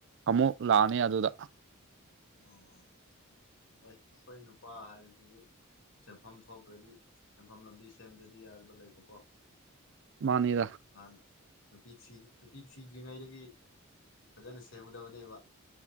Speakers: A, on the right; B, on the left.
A: ꯑꯃꯨꯛ ꯂꯥꯛꯑꯅꯤ ꯑꯗꯨꯗ
B: ꯑꯣ ꯍꯣꯏ ꯑꯩꯈꯣꯏ ꯅꯨꯄꯥ ꯍꯥꯏꯕꯁꯤꯁꯨ ꯆꯦꯟꯐꯝ ꯊꯣꯛꯇ꯭ꯔꯗꯤ ꯁꯦꯟꯐꯝ ꯂꯝꯕꯤ ꯁꯦꯝꯗ꯭ꯔꯗꯤ ꯌꯥꯗꯕ ꯂꯩꯕꯀꯣ
A: ꯃꯥꯅꯤꯗ
B: ꯍꯥꯟꯅ ꯅꯨꯄꯤ ꯊꯤ ꯅꯨꯄꯤ ꯊꯤꯗ꯭ꯔꯤꯉꯩꯗꯒꯤ ꯐꯖꯅ ꯁꯦꯝꯒꯗꯕꯅꯦꯕ